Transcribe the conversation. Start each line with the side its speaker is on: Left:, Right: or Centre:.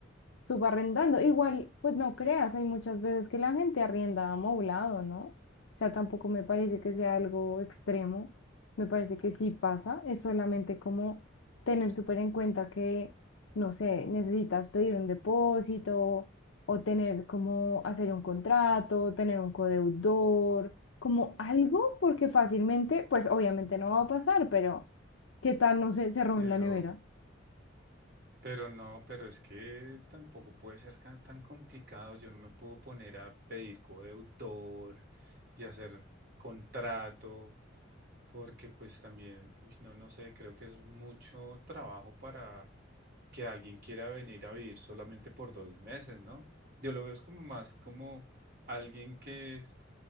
Left: Subarrendando. Igual, pues no creas, hay muchas veces que la gente arrienda amoblado, ¿no? O sea, tampoco me parece que sea algo extremo. Me parece que sí pasa. Es solamente como tener súper en cuenta que, no sé, necesitas pedir un depósito o tener como hacer un contrato, tener un codeudor, como algo, porque fácilmente, pues obviamente no va a pasar, pero ¿qué tal, no sé, se roben
Right: Pero...
Left: la nevera?
Right: Pero no, pero es que tampoco puede ser ca- tan complicado. Yo no me puedo poner a pedir codeudor y hacer contrato, porque pues también, uy, no, no sé, creo que es mucho trabajo para que alguien quiera venir a vivir solamente por dos meses, ¿no? Yo lo veo es como más como alguien que es-